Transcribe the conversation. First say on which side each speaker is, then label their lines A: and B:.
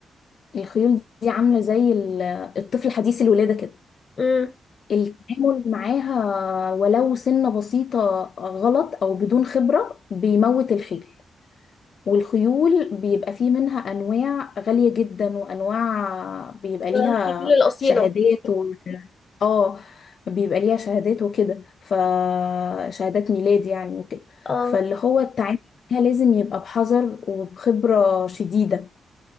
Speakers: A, on the left; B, on the left.
A: الخيول دي عامله زي ال- الطفل حديث الولاده كده
B: امم
A: التعامل معاها ولو سنة بسيطة غلط أو بدون خبرة بيموت الخيل والخيول بيبقى فيه منها أنواع غالية جدا وأنواع بيبقى ليها
B: الخيل الأصيلة
A: شهادات و... اه بيبقى ليها شهادات وكده فشهادات ميلاد يعني وكده
B: اه
A: فاللي هو التعامل معاها لازم يبقى بحذر وبخبرة شديدة